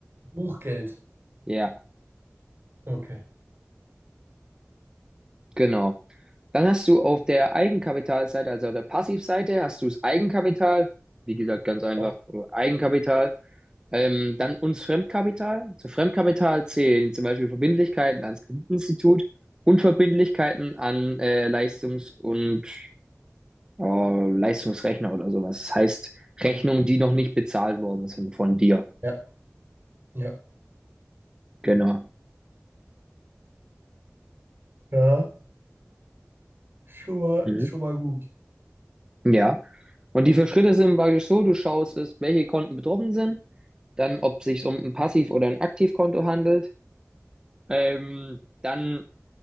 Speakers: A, on the right; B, on the right.
A: Buchgeld.
B: Ja,
A: Okay.
B: genau. Dann hast du auf der Eigenkapitalseite, also auf der Passivseite, hast du das Eigenkapital. Wie gesagt, ganz einfach
A: Ja.
B: äh, Eigenkapital. Ähm, dann uns Fremdkapital. Zu Fremdkapital zählen zum Beispiel Verbindlichkeiten ans Kreditinstitut und Verbindlichkeiten an äh, Leistungs- und äh, Leistungsrechner oder sowas. Das heißt,
A: Mhm.
B: Rechnungen, die noch nicht bezahlt worden sind von dir.
A: Ja. Ja.
B: Genau.
A: Ja. Schon mal,
B: Mhm.
A: schon mal gut.
B: Ja. Und die vier Schritte sind praktisch so, du schaust es, welche Konten betroffen sind, dann ob es sich um ein Passiv- oder ein Aktivkonto handelt. Ähm, dann